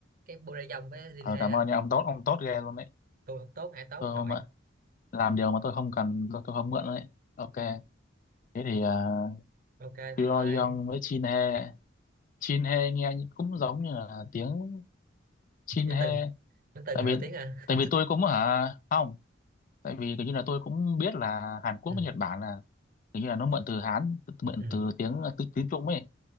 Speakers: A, on the right (about 45°); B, on the left (about 40°).
A: cái Burayong với Jinhe
B: ờ, cảm
A: á
B: ơn nha ông tốt ông tốt ghê luôn đấy
A: tôi không tốt ai tốt
B: Tôi
A: không
B: không
A: nổi
B: ạ. Làm điều mà tôi không cần, tôi, tôi không mượn đấy. Ok. Thế thì uh,
A: ok
B: Pyongyang
A: thôi
B: với Chin He. Chin He nghe như- cũng giống như là tiếng Chin
A: nhắn
B: He.
A: tin nhắn tin
B: Tại
A: người
B: vì
A: nói tiếng à
B: tại vì tôi cũng hả không. Tại vì kiểu như là tôi cũng biết là
A: <laughs>
B: Hàn Quốc
A: ừ
B: với Nhật Bản là kiểu như là nó mượn từ Hán, mượn
A: ừ
B: từ tiếng từ tiếng Trung ấy.